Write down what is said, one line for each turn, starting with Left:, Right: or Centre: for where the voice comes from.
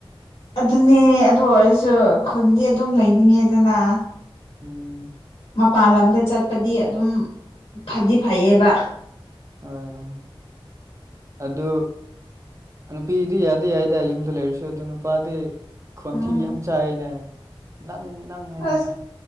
Left: ꯑꯗꯨꯅꯦ ꯑꯗꯨ ꯑꯣꯏꯔꯁꯨ ꯈꯨꯟꯗꯤ ꯑꯗꯨꯝ ꯂꯩꯅꯤꯡꯉꯦꯗꯅ
Right: ꯎꯝ
Left: ꯃꯄꯥꯟ ꯂꯝꯗ ꯆꯠꯄꯗꯤ ꯑꯗꯨꯝ ꯐꯗꯤ ꯐꯩꯌꯦꯕ
Right: ꯍꯣꯏ ꯍꯣꯏ ꯑꯗꯨ ꯅꯨꯄꯤꯗꯤ ꯌꯥꯗꯦ ꯌꯥꯏꯗ ꯌꯨꯝꯗ ꯂꯩꯔꯁꯨ ꯑꯗꯣ ꯅꯨꯄꯥꯗꯤ ꯈꯣꯟꯊꯤ
Left: ꯎꯝ
Right: ꯌꯥꯝ ꯆꯥꯏꯅꯦ ꯅꯪ ꯅꯪ ꯍꯥꯏꯅ
Left: ꯑꯁ